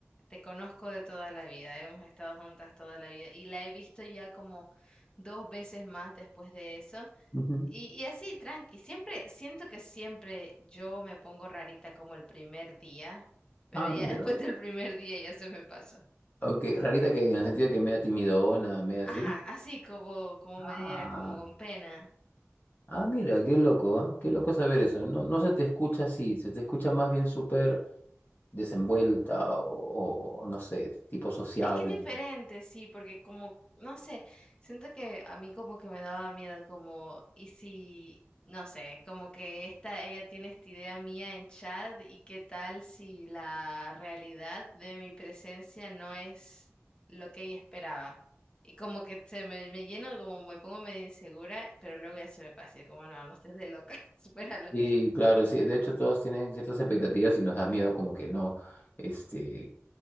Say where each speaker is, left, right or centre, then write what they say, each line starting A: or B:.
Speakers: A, on the left; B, on the left.
A: te conozco de toda la vida, hemos estado juntas toda la vida y la he visto ya como dos veces más después de eso.
B: Ujú.
A: Y, y así, tranqui, siempre, siento que siempre yo me pongo rarita como el primer día, pero
B: Ah,
A: ya
B: mira.
A: <laughs> después del primer día ya se me pasa.
B: Ok, rarita que en el sentido de que media timidona, media
A: Ajá,
B: así.
A: así como, como
B: Ah,
A: media, como con pena.
B: ah, mira, qué loco, ¿ah? Qué loco saber eso. No, no se te escucha así, se te escucha más bien súper desenvuelta o, o- o no sé, tipo sociable.
A: Es que es diferente, sí, porque como, no sé, siento que a mí como que me daba miedo, como, y si, no sé, como que esta, ella tiene esta idea mía en chat y qué tal si la realidad de mi presencia no es lo que ella esperaba. Y como que se me, me lleno, como me pongo medio insegura, pero luego ya se me pasa, y como no, no estés de loca, <laughs> supéralo.
B: Sí, claro, sí. De hecho, todos tienen ciertas expectativas y nos da miedo como que no, este,